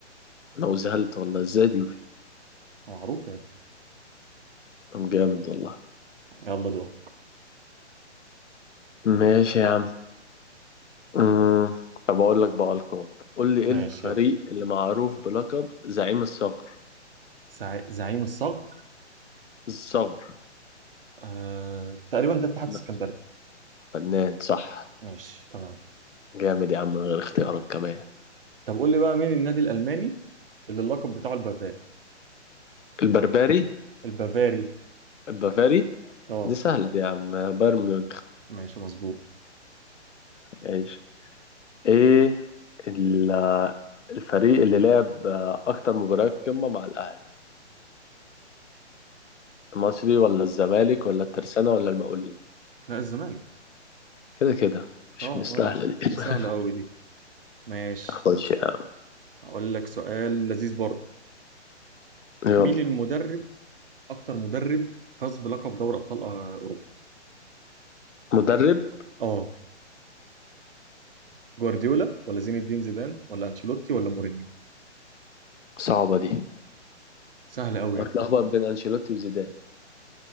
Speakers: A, on the left; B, on the right.
A: انا زهلت والله ازاي دي
B: معروف يا ابني
A: طب جامد والله
B: يلا دور
A: ماشي يا عم أمم، طب أقول لك بقى ألقاب قول لي
B: ماشي
A: إيه الفريق
B: يلا
A: اللي معروف بلقب زعيم الصغر
B: زع- زعيم الصقر
A: الصغر
B: آه... تقريبا ده اتحاد
A: لا
B: السكندري
A: فنان صح
B: ماشي تمام
A: جامد يا عم من غير اختيارات كمان
B: طب قول لي بقى مين النادي الالماني اللي اللقب بتاعه البافاري
A: البربري
B: البافاري
A: البافاري
B: اه
A: دي سهلة دي يا عم بايرن ميونخ
B: ماشي مظبوط
A: عيش إيه ال- الفريق اللي لعب آه، أكتر مباريات قمة مع الأهلي المصري ولا الزمالك ولا الترسانة ولا المقاولين
B: لا الزمالك
A: كده كده مش
B: اه
A: مستاهلة
B: اه
A: دي
B: دي
A: <laughs>
B: سهلة أوي دي ماشي
A: خش يا عم
B: هقول لك سؤال لذيذ برضه
A: يلا
B: مين المدرب أكتر مدرب فاز بلقب دوري أبطال آه، أوروبا؟
A: مدرب
B: اه جوارديولا ولا زين الدين زيدان ولا أنشيلوتي ولا مورينيو؟
A: صعبة دي
B: سهلة أوي
A: اتلخبط
B: يا ابني
A: بين انشيلوتي وزيدان